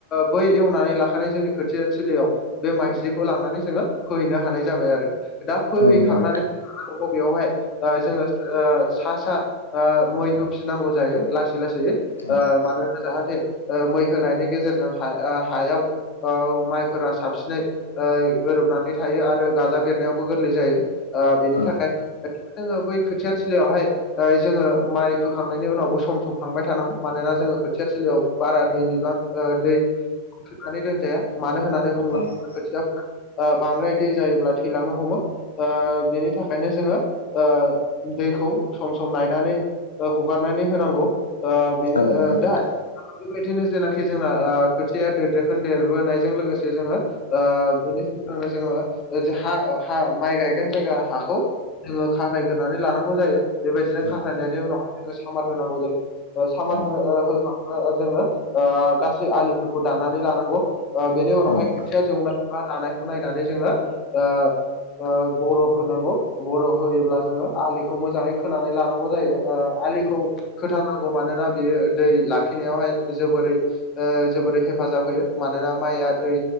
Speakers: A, on the left; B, on the left.
A: बै एवनानै लाखानाय जोंनि खोथिया थिलियाव बे माइजिखौ लांनानै जोङो फै नो हानाय जाबाय आरो दा फैहैखांनानै
B: औ नंगौ नोंथां
A: आरोबाव बेवहाय ओ जोङो ओ सा सा ओ मै होफिननांगौ जायो लासै लासैयै।
B: औ
A: ओ मानोना जाहाथे ओ मै होनायनि गेजेरजों हा-हायाव ओ माइफोरा साबसिनै ओ गोरोबनानै थायो आरो गाजा बेरनायावबो गोरलै जायो। ओ बेनि
B: औ
A: थाखाय <unintelligible> जोङो बै खोथिया थिलियावहाय ओ जोङो माइ फोखांनायनि उनावबो सम सम थांबाय थानांगौ मानोना जोङो खोथिया थिलियाव बारा दै बिबां ओ दै थेनानै दोनजाया मानो होननानै बुङोब्ला
B: औ
A: खोथिया ओ बांद्राय दै जायोब्ला थैलांनो हमो। ओ बेनि थाखायनो जोङो ओ दैखौ सम सम नायनानै हगारनानै होनांगौ ओ बेनि
B: औ नंगौ
A: ओ
B: नोंथां
A: दा बेबायदिनो जेनोखि जोंना ओ खोथिया देरदोखोन देरबोनायजों लोगोसे जोङो ओ बेनि सिगांनो जोङो हा हा माइ गायगोन जायगा हाखौ जोङो खारायग्रोनानै लानांगौ जायो बेबायदिनो
B: औ
A: खारायनायनि उनावहाय जोङो सामार होनांगौ जायो। सामार
B: औ
A: हो ओ होखांब्ला जोङो ओ गासै आलिफोरखौ दानानै लानांगौ। ओ बेनि उनावहाय
B: औ नंगौ
A: खोथिया जौनाय बा रानायखौ नायनानै जोङो ओ ओ बरन होनांगौ बरन होयोब्ला जोङो आलिखौ मोजाङै खोनानै लानांगौ जायो। ओ आलिखौ
B: औ
A: खोथारनांगौ मानोना बेयो दै लाखिनायावहाय जोबोरै ओ जोबोरै हेफाजाब होयो मानोना माइआ दै